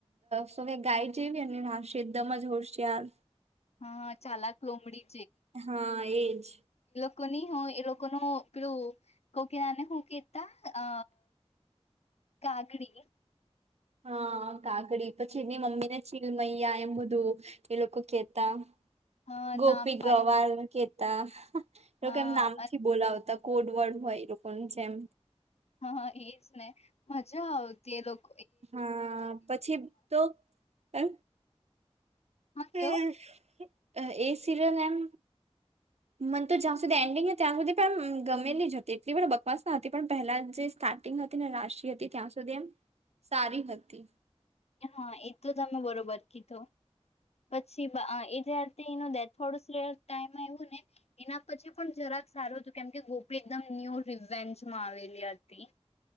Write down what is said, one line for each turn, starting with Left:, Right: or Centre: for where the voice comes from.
Right: શું કેવાય, ગાય જેવી અને રાશિ એકદમ જ હોશયાર.
Left: હા ચાલક લોમડી.
Right: હા એજ.
Left: કોની હું એ લોકોનું પેલું, કોકીલાને હું કેતા અ કાગડી.
Right: હા કાગડી. પછી એની મમ્મી ને ચીલમય એમ બધુ, એ લોકો કેતા.
Left: હા
Right: ગોપી
Left: નામ
Right: ગવાર
Left: પાડી મૂક્યું
Right: કેતા, એવુ
Left: હા
Right: કઈ નામ થી બોલાવતા. કોડ વર્ડ હોય એ લોકોની જેમ.
Left: હા! એજ ને, મજા આવતી એ લોક
Right: હા પછી તો અ
Left: હા
Right: હમ
Left: કયો
Right: <unintelligible> એ સિરિયલ એમ મન તો જ્યાં સુધી એન્ડિંગ ત્યાં સુધી પણ ગમેલી જ હતી એટલી પણ બકવાસ ના હતી પણ પહેલા જે સ્ટાર્ટિંગ હતી ને રાશિ હતી ત્યાં સુધી એમ સારી હતી.
Left: હા એ તો તમે બરોબર કીધૂ, પછી એ જ્યારે એનો ડેથડો ટમ આવું ને એના પછી પણ જરાક સારું હતું, કેમ કે ગોપી એકદમ ન્યૂ રવેન્જમાં આવેલી હતી.